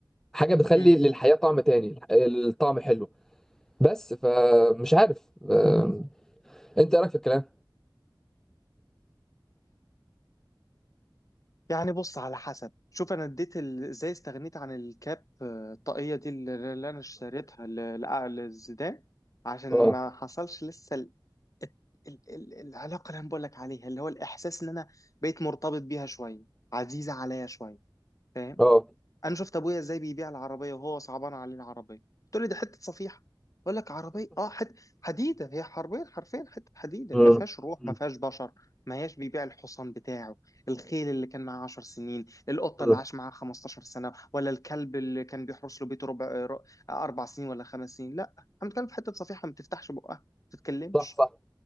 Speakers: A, in the centre; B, on the left.
A: حاجه بتخلي
B: م.
A: للحياه طعم تاني الطعم حلو بس فمش عارف آه، انت ايه رايك في الكلام
B: يعني بص على حسب شوف انا اديت ال- ازاي استغنيت عن الكاب آه، الطاقية دي اللي اللي انا اشتريتها ل- ل- للزيدان عشان
A: اه
B: ما حصلش لسه ال... الت- ال... ال... العلاقة اللي انا بقول لك عليها اللي هو الاحساس ان انا بقيت مرتبط بيها شوية عزيزة عليا شوية فاهم
A: اه
B: انا شفت ابويا ازاي بيبيع العربيه وهو صعبان عليه العربيه قلت له دي حته صفيحه بقول لك عربيه اه حته حديده هي حرفيا حرفيا حته حديده
A: مم.
B: ما فيهاش روح
A: مم.
B: ما فيهاش بشر ما هياش بيبيع الحصان بتاعه الخيل اللي كان معاه 10 سنين القطه
A: مم.
B: اللي عاش معاه 15 سنه ولا الكلب اللي كان بيحرس له بيته ربع ر- اربع سنين ولا خمس سنين لا احنا بنتكلم في حته صفيحه ما بتفتحش بقها ما بتتكلمش
A: صح صح